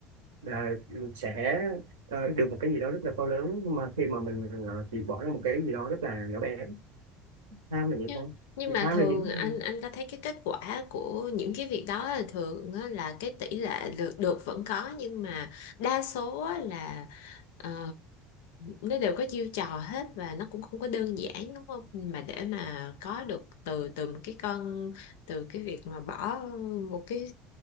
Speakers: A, on the right; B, on the left.
A: là sẽ à, được một cái gì đó rất là to lớn nhưng mà khi mà mình à, chỉ bỏ ra một cái gì đó rất là nhỏ bé tham là vậy
B: Nhưng
A: thôi
B: nhưng
A: thì
B: mà
A: tham
B: thường
A: là dính
B: anh anh có thấy cái kết quả của những cái việc đó là thường á, là cái tỷ lệ được, được vẫn có nhưng mà đa số á là ờ, nó đều có chiêu trò hết và nó cũng không có đơn giản đúng không? Mà để mà có được từ từ một cái con từ cái việc mà bỏ một cái